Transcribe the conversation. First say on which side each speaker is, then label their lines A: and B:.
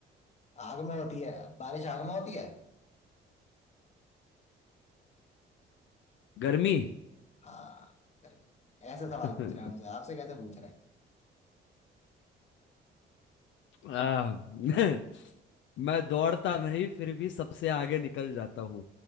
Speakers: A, on the left; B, on the left.
A: आग में होती है बारिश आग में होती है
B: गर्मी
A: हाँ गर्मी ऐसे
B: <laughs>
A: सवाल पूछ रहे हैं हमसे आपसे कैसे पूछ रहे हैं
B: आ, <laughs> मैं दौड़ता नहीं फिर भी सबसे आगे निकल जाता हूँ